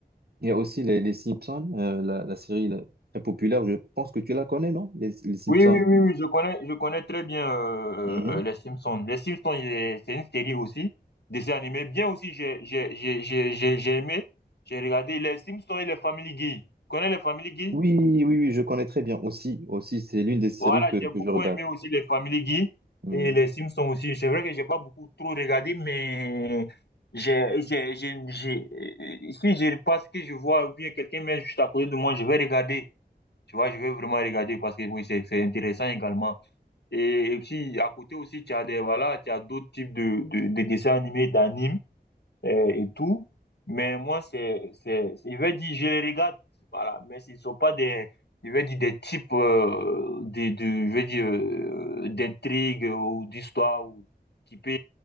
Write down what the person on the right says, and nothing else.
il y a aussi les, les Simpsons, euh, la, la série là, très populaire. Je pense que tu la connais, non? Les, les Simpsons.
Hum, hum.
Oui, oui, oui, je connais très bien. Aussi, aussi, c'est l'une des séries
que, que
je regarde.
Hmm.